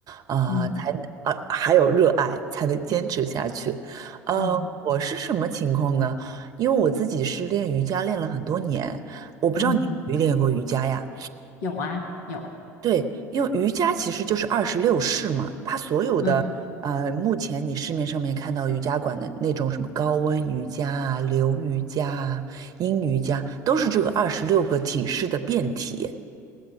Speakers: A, on the right (about 45°); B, on the left (about 70°).
A: 呃，
B: 嗯
A: 才呃还有热爱才能坚持下去。呃，
B: 嗯
A: 我是什么情况呢？因为我自己是练瑜伽练了很多年，我不知道你有没有练过瑜伽呀？
B: 嗯，有啊，有，
A: 对，因为瑜伽其实就是二十六式嘛，它所有的呃，
B: 嗯。
A: 目前你市面上面看到瑜伽馆的那种什么高温瑜伽啊、流瑜伽啊、阴瑜伽，都是这个二十六个体式的变体。